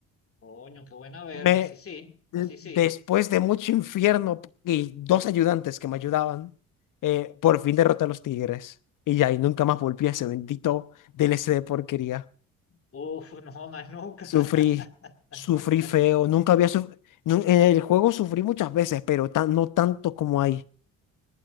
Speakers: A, on the left; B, on the left.
A: Coño, qué buena verga,
B: Me,
A: así sí,
B: después
A: así sí.
B: de mucho infierno y dos ayudantes que me ayudaban, eh, por fin derroté a los tigres. Y ya, y nunca más volví a ese bendito DLC de porquería.
A: Uf, <laughs> no, más nunca.
B: Sufrí,
A: <laughs>
B: sufrí feo. Nunca había sufrido. En el juego sufrí muchas veces, pero tan- no tanto como ahí.